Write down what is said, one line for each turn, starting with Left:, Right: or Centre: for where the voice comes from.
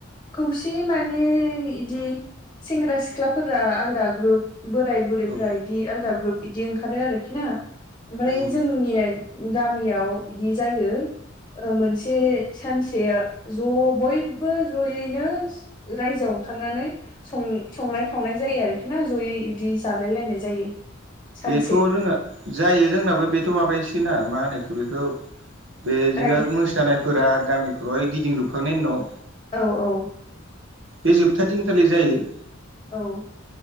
Left: खौसे माने इदि सेंग्रा सिख्लाफोरा आलदा ग्रुप बोराय बुरैफ्रा
Right: औ
Left: इदि आलदा ग्रुप इदि ओंखारो आरोखि ना। ओमफ्राय
Right: उम
Left: जोंनिया गामियाव इदि जायो ओ मोनसे सानसे ज' बयबो जयैनो रायजोआव ओंखारनानै सं-संनाय खावनाय जायो आरोखि ना जयै बिदि जालाय लायनाय जायो। सानसे
Right: बेथ' जों जायो जोंनाबो बेथ' माबायोस ना मा होनोखौ बेखौ बेदिनो
Left: राय
Right: मोसानायफोरा गामिफ्राव गिदिंजोबखांनायनि उनाव
Left: औ औ।
Right: बे जोबथा दिनखालि जायो?
Left: औ।